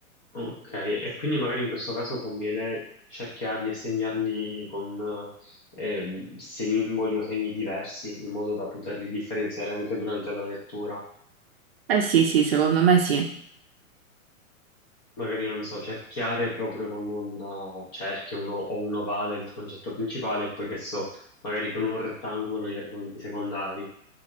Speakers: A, on the left; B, on the right.
A: Ok, e quindi magari in questo caso conviene cerchiarli e segnarli con eh, simboli o segni diversi, in modo da poterli differenziare anche durante la lettura.
B: Eh sì, sì, secondo me sì.
A: Magari, non so, cerchiare proprio con un eh, cerchio uno- o un ovale il concetto principale, e poi che so, magari con un rettangolo gli argomenti secondari.